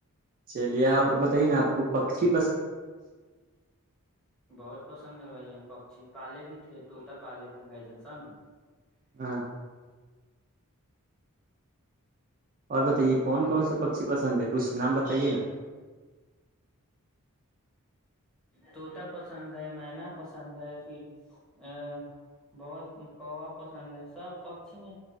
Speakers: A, on the right (about 35°); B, in the centre.
A: چلیے اور بتائیے نا آپ کو پکھی
B: بہت پسند ہے بھائی جان پک پالے بھی تھے توتا پالے تھے بھائی جان سمجھے
A: ہاں اور بتائیے کون کون سا پکی پسند ہے کچھ نام بتائیے نا
B: تووطا پسند ہے مین پسند ہے پھر ا بہت کوا پسند ہے سب پکچی میں